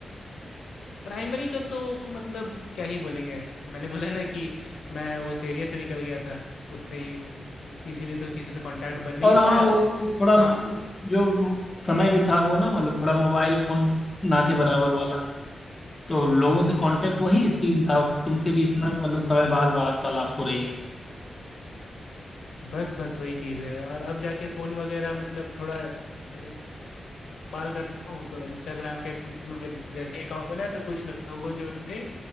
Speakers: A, on the left; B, on the left.
A: प्राइमरी का तो मतलब क्या ही बोलेंगे मैंने बोला ना कि मैं उस एरिया से निकल गया था उतने ही इसीलिए तो किसी से कांटेक्ट बन नहीं
B: और हाँ
A: पाया
B: वो, वो थोड़ा
A: हाँ
B: हम्म, जो समय भी था वो ना मतलब थोड़ा मोबाइल फोन ना के बराबर वाला तो लोगों से कांटेक्ट वही सीन था कि तुमसे भी इतना मतलब समय बाद वार्तालाप हो रही
A: बस बस वही चीज़ है और अब जाके फ़ोन वगैरह मतलब थोड़ा इस्तेमाल करता हूँ तो इंस्टाग्राम के अकाउंट में जैसे अकाउंट बना तो कुछ लोगों जो थे